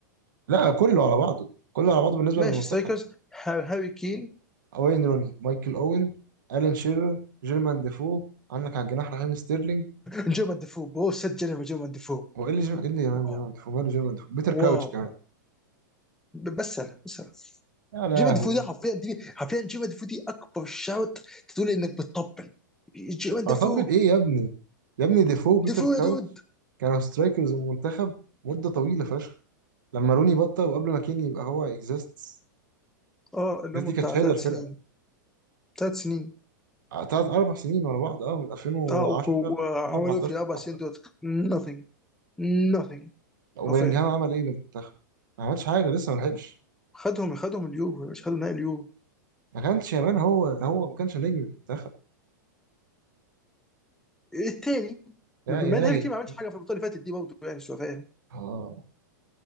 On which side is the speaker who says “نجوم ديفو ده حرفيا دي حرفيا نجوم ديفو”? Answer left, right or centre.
Centre